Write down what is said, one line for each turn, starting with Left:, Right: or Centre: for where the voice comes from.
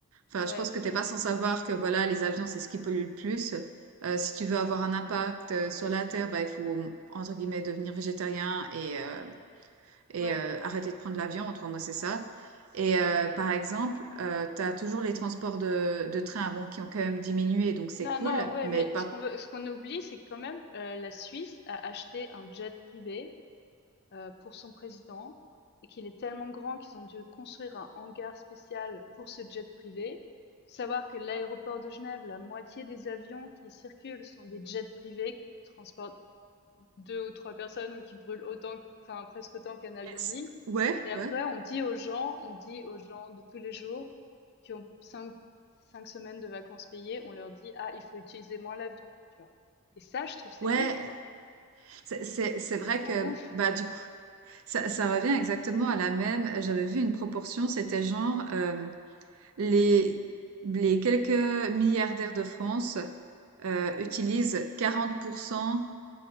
Right: Enfin,
Left: ouais
Right: je pense que t'es pas sans savoir que, voilà, les avions, c'est ce qui pollue le plus. Euh, si tu veux avoir un impact euh, sur la Terre, bah, il faut, entre guillemets, devenir végétarien et... euh, et
Left: ouais
Right: euh, arrêter de prendre l'avion, en trois mots, c'est ça. Et
Left: ouais
Right: euh, par exemple, tu as toujours les transports de, de train bon, qui ont quand même diminué, donc c'est
Left: non,
Right: cool,
Left: non, ouais,
Right: mais
Left: mais
Right: pas...
Left: ce qu'on veut, ce qu'on oublie, c'est que quand même, euh, la Suisse a acheté un jet privé heu, pour son président et qu'il est tellement grand qu'ils ont dû construire un hangar spécial pour ce jet privé. Faut savoir que l'aéroport de Genève, la moitié des avions qui circulent sont des jets privés qui transportent 2 ou 3 personnes et qui brûlent autant enfin presque autant qu'un avion
Right: Yes.
Left: de ligne
Right: Ouais,
Left: et après
Right: ouais,
Left: on dit aux gens on dit aux gens de tous les jours qui ont cinq 5 semaines de vacances payées, on leur dit: «Ah, il faut utiliser moins l'avion», tu vois? Et ça, je trouve c'est
Right: ouais.
Left: ouf, quoi.
Right: C'est c'est-
Left: Ça me
Right: c'est
Left: ça
Right: vrai
Left: me rend
Right: que,
Left: ouf.
Right: bah, du coup, ça, ça revient exactement à la même. J'avais vu une proportion, c'était genre euh, les, les quelques milliardaires de France euh, utilisent 40%.